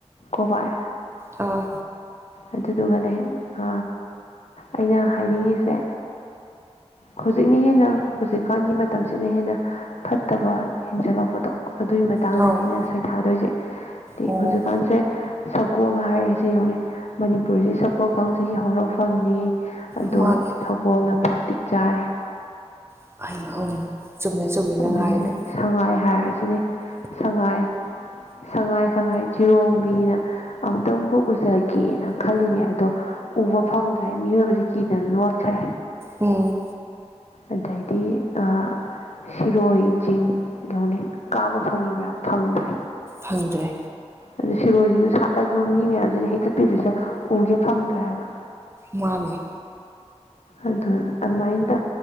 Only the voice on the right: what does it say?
ꯑꯥ꯫
ꯑꯧ
ꯑꯣ
ꯃꯥꯅꯦ
<unintelligible> ꯆꯨꯝꯃꯦ꯫ ꯆꯨꯝꯃꯦ ꯅꯪ
ꯍꯥꯏꯔꯤꯗꯣ
ꯎꯝ꯫
ꯐꯪꯗ꯭ꯔꯦ꯫
ꯃꯥꯅꯦ꯫